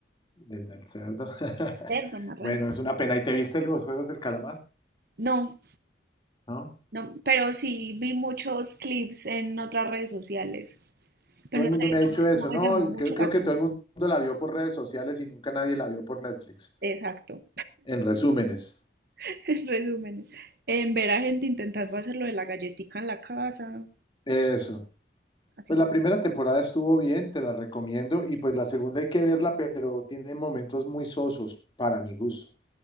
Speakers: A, on the left; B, on the right.
A: del, del cerdo. <laughs>
B: Cerdo marrano.
A: Bueno, es una pena. ¿Y te viste los Juegos del Calamar?
B: No,
A: ¿No?
B: no, pero sí vi muchos clips en otras redes sociales,
A: Todo
B: pero
A: el
B: no
A: mundo
B: sé,
A: me ha dicho
B: no me,
A: eso,
B: no
A: ¿no?
B: me llamó mucho
A: Creo, creo
B: la atención.
A: que todo el mundo la vio por redes sociales y nunca nadie la vio por Netflix.
B: Exacto.
A: En resúmenes,
B: <laughs> en resumen, en ver a gente intentando hacer lo de la galletica en la casa,
A: eso.
B: así,
A: Pues la primera temporada estuvo bien, te la recomiendo, y pues la segunda hay que verla, pero tiene momentos muy sosos para mi gusto.